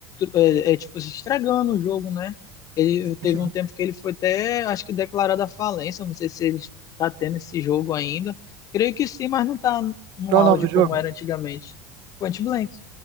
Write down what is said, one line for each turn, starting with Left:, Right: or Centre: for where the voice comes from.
Left: é, é, tipo, se estragando o jogo, né? Ele teve
Right: Sim.
Left: um tempo que ele foi até, acho que declarado a falência, não sei se ele está tendo esse jogo ainda. Creio que sim, mas não está no
Right: Qual é
Left: auge
Right: o nome do jogo?
Left: como era antigamente. Point Blank.